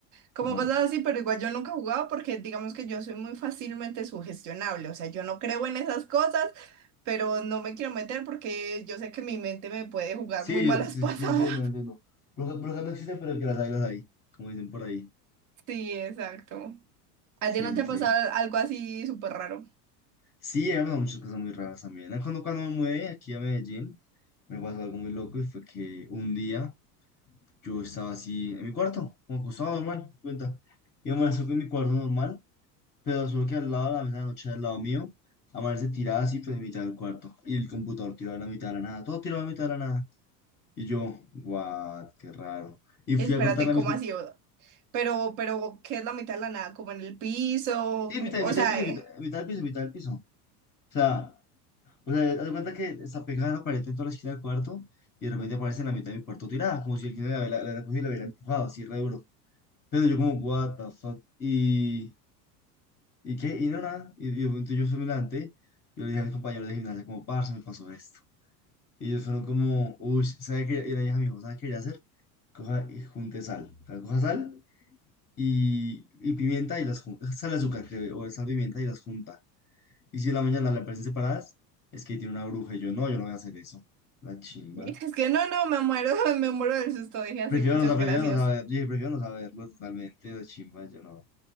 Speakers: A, on the right (about 40°); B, on the left (about 20°).
A: como
B: Ajá.
A: cosas así, pero igual yo nunca jugaba porque digamos que yo soy muy fácilmente sugestionable, o sea, yo no creo en esas cosas, pero no me quiero meter porque yo sé que mi mente me puede jugar
B: Sí,
A: muy malas
B: yo, yo-
A: <laughs> pasadas.
B: yo entiendo, entiendo. Brujas brujas no existen, pero que las hay, las hay. Como dicen por ahí.
A: Sí, exacto. ¿A
B: Sí,
A: ti no te ha
B: sí, sí.
A: pasado algo así súper raro?
B: Sí, han pasado muchas cosas muy raras también. Ah, Cuando, cuando me mudé aquí a Medellín, me pasó algo muy loco y fue que un día yo estaba así en mi cuarto, como acostado normal, cuenta. Y amaneció en mi cuarto normal, pero solo que al lado de la mesa de noche, al lado mío, amanece tirada así, pues en mitad del cuarto. Y el computador tirado en la mitad de la nada, todo tirado en la mitad de la nada. Y yo, what, qué raro. Y fui
A: Espérate,
B: a contarle
A: ¿cómo
B: a mis compañeros,
A: así? Pero, pero, ¿qué es la mitad de la nada? Como en el piso.
B: sí, en mitad, en
A: O
B: mitad
A: sea,
B: del piso, en
A: eh,
B: mitad, en mitad del piso, en mitad del piso. O sea, O sea, haz de cuenta que está pegada a la pared en toda la esquina del cuarto y de repente aparece en la mitad de mi cuarto tirada, como si alguien la, la, la hubiera cogido y la hubiera empujado, así re duro. Pero yo como, what the fuck, y, y qué, y no nada, y, y entonces yo fui y me levanté, yo le dije a mis compañeros de gimnasia como, parce, me pasó esto. Y ellos fueron como, uy, ¿sabe qué? Y la dije a mi ¿sabe qué debería hacer? Coja y junte sal, O sea, coja sal y, y pimienta y las junta, sal y azúcar creo, o sal, pimienta y las junta. Y si en la mañana le parecen separadas, es que tiene una bruja. Y yo, no, yo no voy a hacer eso. La chimba.
A: es que no, no, me muero, <laughs> me muero del susto. Dije así,
B: Prefiero
A: muchas
B: no, sa- prefiero
A: gracias.
B: no saber. Yo dije, prefiero no saberlo totalmente. La chimba, yo no.